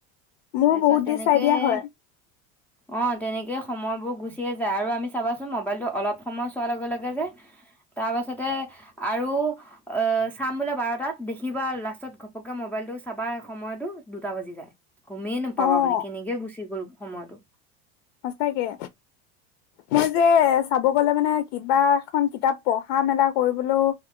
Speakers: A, on the left (about 75°); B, in the centre.
A: মোৰ
B: তাৰপিছত
A: বহুত
B: তেনেকে
A: দেৰি চাই দিয়া হয়।
B: অ তেনেকে সময়বোৰ গুচিয়ে যায় আৰু আমি চাবাঁছোন মবাইলটো অলপ সময় চোৱাৰ লগে লগে যে তাৰপাছতে আৰু অহঁ, চাম বোলে বাৰটাত দেখি কিবা লাষ্টত ঘপককে মোবাইলটো চাবা সময়তো দুটা বাজি যায়। গমেই নাপাবা
A: অ'
B: মানে কেনেকে গুচি গ'ল সময়টো
A: সচাকে মই যে চাব গলে মানে কিবা এখন কিতাপ পঢ়া মেলা কৰিবলৈ